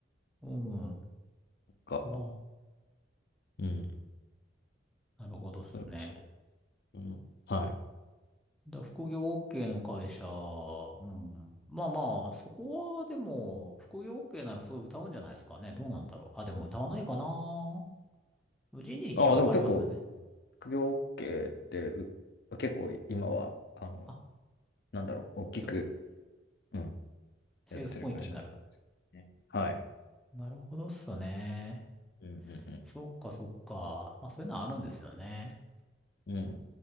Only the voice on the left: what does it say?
か、
うん。
それこそ。うん。はい。
ああ、でも結構、副業 OK って、う結構今は、あの、
なんだろう大きく
うん
やってる会社なんですねはい
うんうんうん
うん